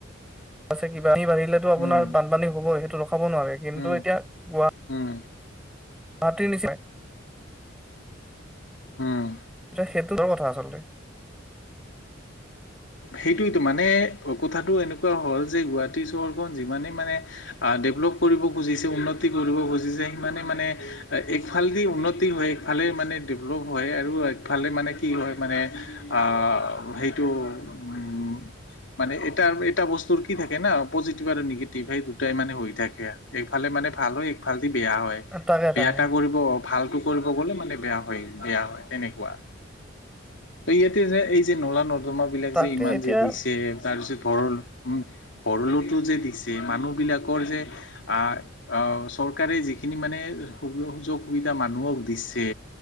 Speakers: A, in the centre; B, on the left.
A: আছে কিবা দিলেটো আপোনাৰ
B: উম,
A: বানপানী হ'বই, সেইটো ৰখাব নোৱাৰে। কিন্তু
B: উম,
A: এতিয়া গুৱা
B: উম,
A: গুৱাহাটীৰ নিচিনাই
B: হুম।
A: সেইটো ভাল কথা আচলতে।
B: সেইটোৱেতো, মানে কথাটো এনেকুৱা হ'ল যে, গুৱাহাটী চহৰখন যিমানে মানে আ ডেভলপ কৰিব খুজিছে, উন্নতি কৰিব খুজিছে, সিমানে মানে একফালদি উন্নতি হয়, একফাল সেইটোৱে মানে ডেভলপ হয় আৰু একফালে মানে কি হয় মানে, আ, আ, সেই টো উম মানে এটাৰ, এটা বস্তুৰ কি থাকে না পজিটিভ আৰু নিগেটিভ, সেই দুটাই মানে হৈ থাকে আৰু এইফালে মানে ভালো একফাল বেয়া হয়,
A: তাকে
B: বেয়া
A: তাকে
B: এটা কৰিব, ভালটো কৰিব গ'লে মানে বেয়া হয়, বেয়া হয়। তেনেকুৱা। ত ইয়াতে যে, এই যে নলা নৰ্দমা বিলাক
A: তাকে
B: যে ইমান
A: এতিয়া
B: যে দিছে। তাৰপিছত পৰণ <unintelligible> উম, ভৰলুটো যে দিছে, মানুহ বিলাকৰ যে আহ চৰকাৰে যি সেইখিনি মানে সুযোগ, সুবিধা মানুহক দিছে